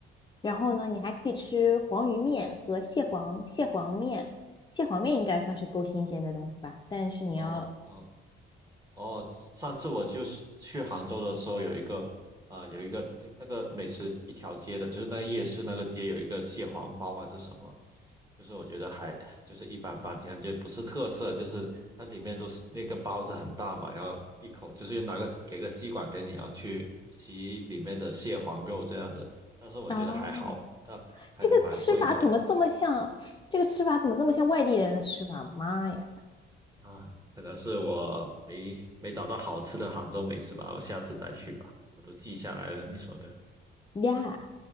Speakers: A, on the left; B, on the right.
A: 然后呢，你还可以吃黄鱼面和蟹黄蟹黄面，蟹黄面应该算是够新鲜的东西吧，但是你要。
B: 哦哦，哦，上次我就是去杭州的时候，有一个啊、呃有一个那个美食一条街的，就是那夜市那个街有一个蟹黄包还是什么，就是我觉得还就是一般般，感觉不是特色，就是它里面都是那个包子很大嘛，然后一口就是拿个给个吸管给你，然后去吸里面的蟹黄肉这样子，但是我觉得还好，
A: 哦，
B: 但还蛮贵的
A: 这个吃法怎么这么像？这个吃法怎么这么像外地人的吃法？妈呀
B: 啊，可能是我没没找到好吃的杭州美食吧，我下次再去吧，我都记下来了你说的。
A: 呀！